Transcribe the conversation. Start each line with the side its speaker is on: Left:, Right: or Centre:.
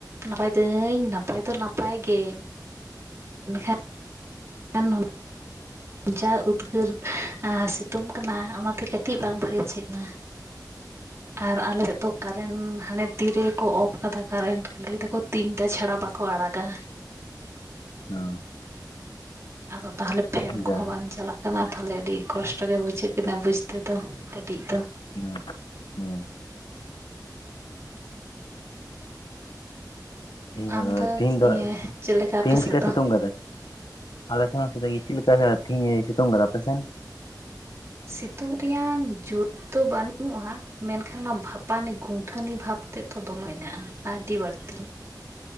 Right: ᱱᱟᱯᱟᱭ ᱛᱟᱹᱧ ᱱᱟᱯᱟᱭ ᱫᱚ ᱱᱟᱯᱟᱭ ᱜᱮᱼᱼ ᱮᱱᱠᱷᱟᱼᱼ <inaudible> ᱮᱱᱚᱱ ᱡᱟ ᱩᱫᱽᱜᱟᱹᱨ ᱥᱤᱛᱩᱝ ᱠᱟᱱᱟ ᱚᱱᱟᱛᱮ ᱠᱟᱹᱴᱤᱡ ᱵᱟᱝ ᱵᱷᱟᱜᱮ ᱴᱷᱤᱠ ᱠᱟᱱᱟ ᱟᱨ ᱟᱞᱮ ᱫᱚ ᱠᱟᱨᱮᱱᱴ ᱦᱟᱱᱮ ᱛᱤᱨᱮ ᱠᱚ ᱚᱯᱷ ᱠᱟᱫᱟ ᱠᱟᱨᱮᱱᱴ ᱞᱟᱹᱭ ᱫᱟᱠᱚ ᱛᱤᱱᱴᱟ ᱪᱷᱟᱲᱟ ᱵᱟᱠᱚ ᱟᱲᱟᱜᱟ
Left: ᱦᱩᱸ
Right: ᱟᱫᱚ ᱛᱟᱦᱚᱞᱮ ᱯᱷᱮᱱ ᱠᱚᱦᱚᱸ
Left: ᱡᱟᱭᱦᱳᱠ
Right: ᱵᱟᱝ ᱪᱟᱞᱟᱜ ᱠᱟᱱᱟ ᱠᱟᱱᱟ ᱛᱟᱦᱚᱞᱮ ᱟᱹᱰᱤ ᱠᱚᱥᱴᱚ ᱜᱮ ᱵᱩᱡᱷᱟᱹᱜ ᱠᱟᱱᱟ ᱵᱩᱡᱽ ᱛᱮᱫᱚ ᱠᱟᱹᱴᱤᱡ ᱫᱚ
Left: <unintelligible> ᱛᱮᱦᱤᱧ
Right: ᱟᱢ
Left: ᱫᱚ
Right: ᱤᱭᱟᱹ ᱪᱮᱫ ᱞᱮᱠᱟ
Left: ᱛᱤᱦᱤᱧ
Right: ᱟᱯᱮ ᱥᱮᱫ
Left: ᱪᱤᱠᱟ
Right: ᱫᱚ
Left: ᱥᱤᱛᱩᱝ ᱠᱟᱫᱟᱭ ᱟᱞᱮ ᱥᱮᱜ ᱦᱚᱸ <unintelligible> ᱥᱤᱛᱩᱝ ᱠᱟᱫᱟ ᱟᱯᱮ ᱥᱮᱱ?
Right: ᱥᱤᱛᱩᱝ ᱨᱮᱭᱟᱝ ᱡᱩᱨ ᱛᱚ ᱵᱟᱹᱱᱩᱜᱩᱜᱼᱟ ᱢᱮᱱᱠᱷᱟᱱ ᱚᱱᱟ ᱵᱷᱟᱯᱟᱱᱤ ᱜᱩᱱᱴᱷᱟᱹᱱᱤ ᱵᱷᱟᱵᱽ ᱛᱮᱫ ᱫᱚ ᱫᱚᱢᱮ ᱢᱮᱱᱟᱜᱼᱟ ᱟᱹᱰᱤ ᱵᱟᱹᱲᱛᱤ